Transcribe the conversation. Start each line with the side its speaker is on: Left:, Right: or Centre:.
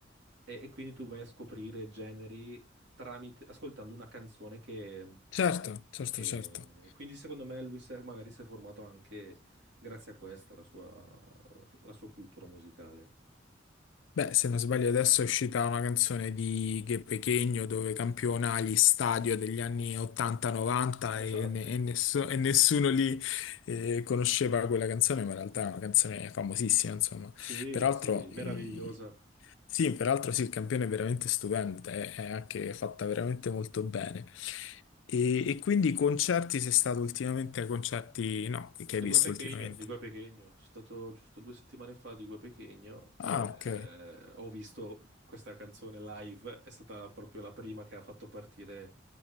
Right: e quindi tu vai a scoprire generi tramite, ascoltando una canzone che,
Left: certo, certo,
Right: che...
Left: certo.
Right: Quindi secondo me lui si è- magari si è formato anche grazie a questa, la sua la sua cultura musicale.
Left: Beh, se non sbaglio adesso è uscita una canzone di Ghe Pechegno dove campiona gli stadio degli anni 80-90 e,
Right: Esatto.
Left: ne- e nesso- e nessuno lì eh, conosceva quella canzone, ma in realtà è una canzone famosissima, insomma.
Right: Sì,
Left: Peraltro,
Right: sì, meravigliosa.
Left: eh, sì, peraltro sì, il campione è veramente stupendo, è, è anche fatta veramente molto bene. E, e quindi concerti, sei stato ultimamente ai concerti, no, che
Right: Liguria
Left: hai visto
Right: Pechegno,
Left: ultimamente?
Right: Liguria Pechegno. Sono stato giusto due settimane fa a Liguria Pechegno e
Left: Ah, ok,
Right: eh, ho visto questa canzone live. È stata la- proprio la prima che ha fatto partire